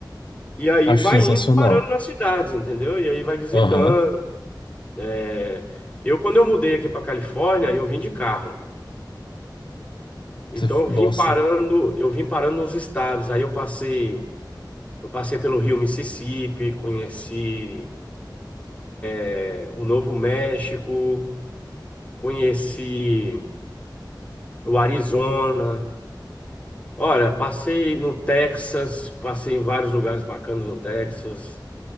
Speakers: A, on the left (about 20°); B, on the left (about 80°).
A: e aí
B: Acho
A: vai
B: sensacional.
A: indo parando nas cidades, entendeu? E aí vai visitando.
B: Aham.
A: É, Eu, quando eu mudei aqui para Califórnia, eu vim de carro. Então
B: Você-
A: eu
B: Nossa.
A: vim parando, eu vim parando nos estados. Aí eu passei, eu passei pelo Rio Mississippi, conheci, é, o Novo México, conheci o Arizona. Olha, passei no Texas, passei em vários lugares bacanas no Texas.